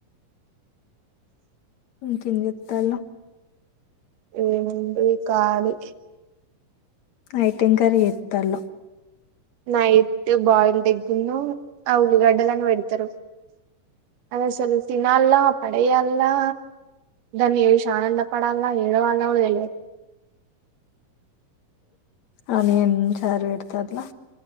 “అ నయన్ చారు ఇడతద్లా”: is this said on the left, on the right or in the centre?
Left